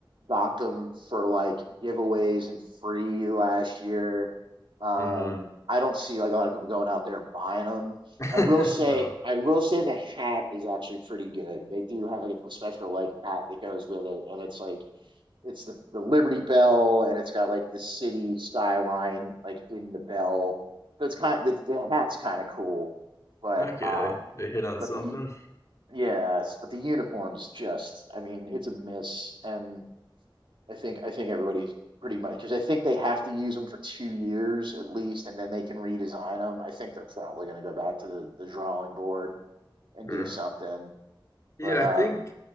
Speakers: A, on the right; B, on the left.
A: got them for like giveaways and free last year. Um,
B: hmm
A: I don't see like a lot of people going out there and buying them.
B: <laughs>
A: I will say,
B: No.
A: I will say the hat is actually pretty good. They do have like a special like hat that goes with it, and it's like it's the, the Liberty Bell, and it's got like the city skyline like in the bell. So it's kind of, the, the hat's kind of cool, but
B: Okay.
A: um,
B: They hit on
A: but
B: something.
A: the yes, but the uniform's just I mean it's a miss, and I think I think everybody's pretty much because I think they have to use them for two years at least, and then they can redesign them. I think they're probably going to go back to the, the drawing board and
B: Sure.
A: do something,
B: Yeah,
A: but um.
B: I think.